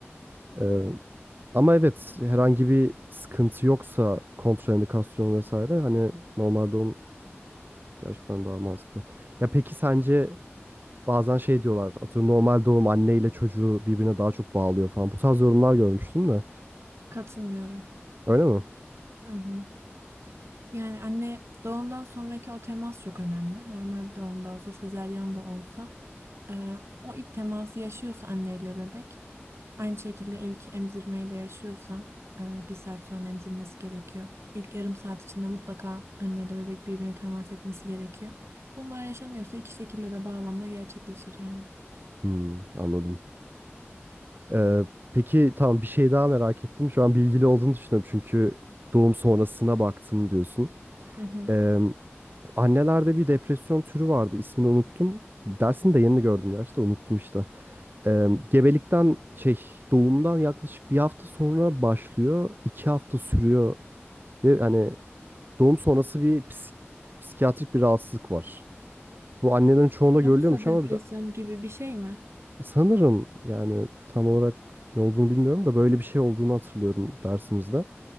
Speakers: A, on the right; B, on the right.
A: Ee, ama evet herhangi bir sıkıntı yoksa kontraindikasyon vesaire hani normal doğum gerçekten daha mantıklı. Ya peki sence bazen şey diyorlar atıyorum normal doğum anne ile çocuğu birbirine daha çok bağlıyor falan bu tarz yorumlar görmüştüm de
B: Katılmıyorum.
A: öyle mi?
B: Hı hı. Yani anne doğumdan sonraki o temas çok önemli. Normal doğumda olsa, sezaryen de olsa e, o ilk teması yaşıyorsa anneyle bebek Aynı şekilde ilk emzirmeyi de yaşıyorsa e, bir saat sonra emzirmesi gerekiyor. İlk yarım saat içinde mutlaka anne ile bebek birbirine temas etmesi gerekiyor. Bunlar yaşanıyorsa iki şekilde de bağlanma gerçekleşir yani.
A: Hmm, anladım. Ee, peki tamam bir şey daha merak ettim şu an bilgili olduğunu düşünüyorum çünkü doğum sonrasına baktım diyorsun.
B: Hı hı.
A: Ee, annelerde bir depresyon türü vardı ismini unuttum. Dersini de yeni gördüm gerçi de unuttum işte. Ee, gebelikten şey doğumdan yaklaşık bir hafta sonra başlıyor. iki hafta sürüyor ve hani doğum sonrası bir psik- psikiyatrik bir rahatsızlık var. Bu annelerin çoğunda
B: Yoksa
A: görülüyormuş
B: depresyon
A: ama biraz,
B: gibi bir şey mi?
A: sanırım yani tam olarak ne olduğunu bilmiyorum da böyle bir şey olduğunu hatırlıyorum dersimizde.